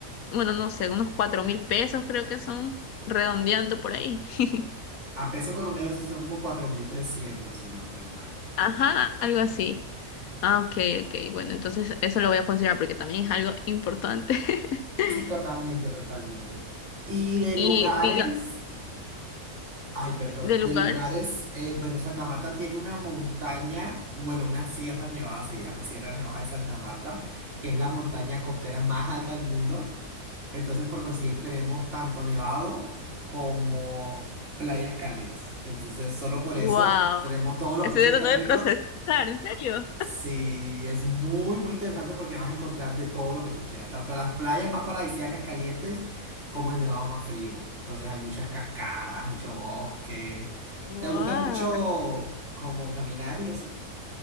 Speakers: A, on the left (about 70°); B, on the right (about 50°).
A: bueno, no sé, unos cuatro mil pesos creo que son redondeando por ahí. <laughs>
B: A peso colombiano sí son como 4.300 si no estoy mal.
A: Ajá, algo así. Ah, ok, ok. Bueno, entonces eso lo voy a considerar porque también es algo importante. <laughs>
B: Sí, totalmente, totalmente. Y de
A: Y
B: lugares,
A: diga,
B: ay, perdón,
A: de
B: de
A: lugares,
B: lugares, eh, bueno, Santa Marta tiene una montaña, bueno, una Sierra Nevada se llama, Sierra Nevada de Santa Marta, que es la montaña costera más alta del mundo. Entonces, por consiguiente, tenemos tanto nevado como playas cálidas. Entonces, solo por eso
A: wow.
B: tenemos todos los
A: Estoy
B: pisos
A: tratando
B: térmicos.
A: de procesar, ¿en serio?
B: Sí, es muy, muy interesante porque vas a encontrar de todo lo que tú quieras, tanto las playas más paradisíacas calientes como el nevado más frío. Entonces, hay muchas cascadas, mucho bosque.
A: Wow.
B: ¿Te gusta mucho como caminar y eso?